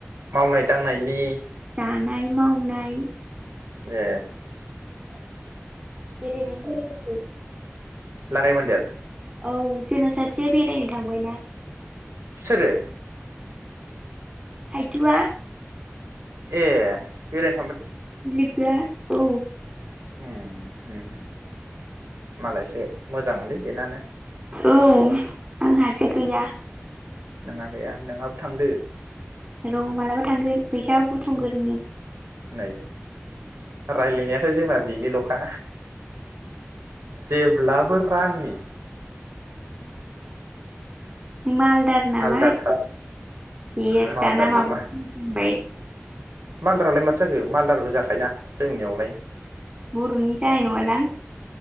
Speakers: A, on the right; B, on the right.
A: मावनाय दांनायनि।
B: आनाय मावनाय।
A: ए
B: <unintelligible> बेरैनो फैलायाखै।
A: लागाय मोनदेर।
B: औ जोंना सासेया बेरायनो थांबायना।
A: सोरो?
B: हायथुवा।
A: ए बेराय
B: बिलोगोआ। औ
A: हम उम हो मालायसो मोजांलै बेनानो।
B: औ आंहासो गैया।
A: नोंहा गैया नोंहाबो थांदो।
B: र मालाबा थांगोन। फैसा बुथुमगोरनि।
A: उम नै रायलायनायाथ जोंना बेनिल खा जेब्लाबो रांनि।
B: मालदार नालाय,
A: आलदाथार
B: सेस
A: मालदार
B: दाना माबासो
A: नामा
B: बुंबाय। <unintelligible>
A: मालदारालाय माथो जाखो मालदारबो जाखायना जोंनियावलाय।
B: बरनि जानाय नङा नां?